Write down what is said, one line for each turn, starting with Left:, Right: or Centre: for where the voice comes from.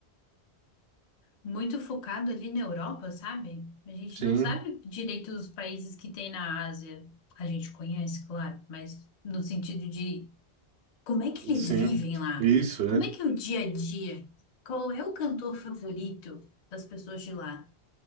Left: muito focado ali na Europa, sabe? A gente
Right: Sim,
Left: não sabe direito os países que tem na Ásia. A gente conhece, claro, mas no sentido de como é que eles
Right: sim.
Left: vivem lá?
Right: Isso,
Left: Como
Right: é.
Left: é que é o dia a dia? Qual é o cantor favorito das pessoas de lá?